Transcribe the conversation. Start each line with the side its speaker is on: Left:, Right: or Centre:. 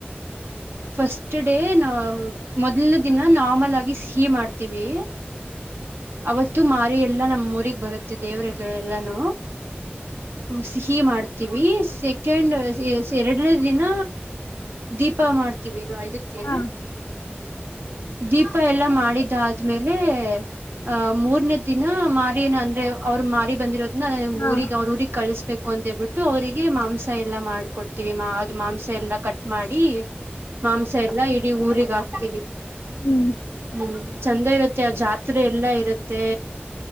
Right: ಫಸ್ಟ್ ಡೇ ನಾ ಮೊದ್ನೇ ದಿನ ನಾರ್ಮಲ್ ಆಗಿ ಸಿಹಿ ಮಾಡ್ತೀವಿ ಅವತ್ತು ಮಾರಿ ಎಲ್ಲಾ ನಮ್ಮ್ ಊಗ್ ಬರುತ್ತೆ ದೇವ್ರಗಳೆಲ್ಲಾನೂ ಸಿಹಿ ಮಾಡ್ತೀವಿ ಸೆಕೆಂಡ್ ಎರಡನೇ ದಿನ ದೀಪ ಮಾಡ್ತೀವಿ <unintelligible>
Left: ಹಾ
Right: ದೀಪ ಎಲ್ಲಾ ಮಾಡಿದಾದ್ಮೇಲೆ ಆಹ ಮೂರ್ನೇ ದಿನ ಮಾರಿನ ಅಂದ್ರೆ ಅವರು ಮಾರಿ ಬಂದಿರೋ ನ
Left: ಹಾ
Right: ಊರಿಗ್ ಅವ್ರ ಊರಿಗ್ ಕಳ ಬಬೇಕು ಅಂತ ಹೇಳ್ಬಿಟ್ಟು ಅವ್ರರಿಗೆ ಮಾಂಸ ಎಲ್ಲ ಮಾಡ್ ಕೊಡ್ತೀವಿ ಅದು ಮಾಂಸ ಎಲ್ಲ ಕಟ್ಟ ಮಾಡಿ ಮಾಂಸ ಎಲ್ಲಾ ಇಡೀ ಊರಿಗ್ ಹಾಕ್ತಿೀವಿ
Left: ಹ್ಮ್
Right: ಹ್ಮ್ ಚಂದ ಇರತ್ತೆ ಆ ಜಾತ್ರೆ ಎಲ್ಲ ಇರುತ್ತೆ